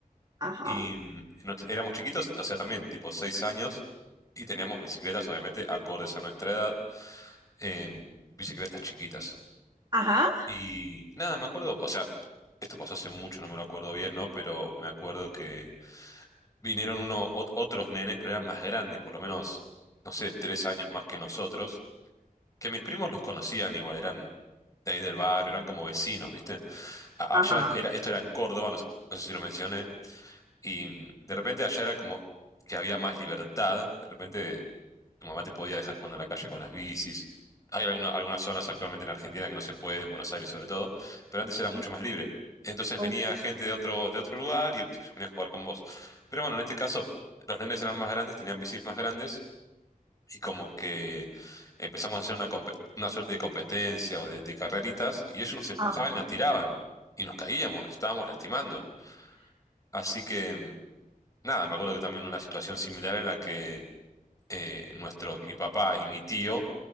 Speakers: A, on the right (about 30°); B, on the left (about 20°).
A: ajá,
B: y mm, nos- éramos chiquitos, o sea, también tipo seis años, y teníamos bicicletas, obviamente, acordes a nuestra edad. em, bicicletas chiquitas.
A: ajá,
B: Y nada, me acuerdo, o sea, esto pasó hace mucho, no me lo acuerdo bien, ¿no? Pero me acuerdo que vinieron uno, ot- otros nenes, pero eran más grandes, por lo menos, no sé, tres años más que nosotros, que mis primos los conocían igual, eran de ahí del barrio, eran como vecinos, ¿viste? A-
A: ajá,
B: Allá en- era, esto era en Córdoba, no sé, no sé si lo mencioné, y mm, de repente allá era como que había más libertad, de repente tu mamá te podía dejar jugando en la calle con las bicis. Hay alguna- algunas zonas actualmente en Argentina que no se puede, en Buenos Aires sobre todo, pero antes era mucho
A: ok,
B: más libre. Entonces
A: ok,
B: venía gente de otro, de otro lugar y se venía a jugar con vos. Pero bueno, en este caso, los nenes eran más grandes, tenían bicis más grandes y como que empezamos a hacer una, compe- una suerte de competencia o de, de carreritas y ellos nos empujaban
A: ajá,
B: y nos tiraban y nos caíamos, nos estábamos lastimando. Así que, nada, me acuerdo que también una situación similar en la que eh, nuestro, mi papá y mi tío